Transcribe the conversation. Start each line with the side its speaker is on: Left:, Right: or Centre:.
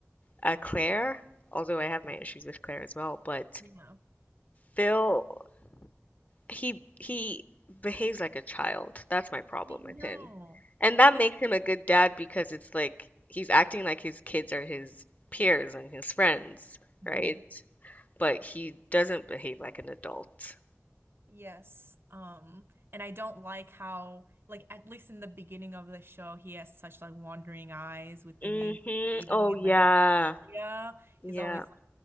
Left: a Claire, although I have my issues with Claire as well, but
Right: Yeah,
Left: Phil, he he behaves like a child. That's my problem
Right: I know.
Left: with him. And that
Right: He's
Left: makes him a good dad because it's like he's acting like his kids are his peers and his friends,
Right: Mhm.
Left: right? But he doesn't behave like an adult.
Right: Yes. Um, and I don't like how, like, at least in the beginning of the show, he has such like wandering eyes with the
Left: Mm-hmm.
Right: neighbor lady
Left: Oh
Right: and
Left: yeah.
Right: like yeah,
Left: Yeah.
Right: he's always like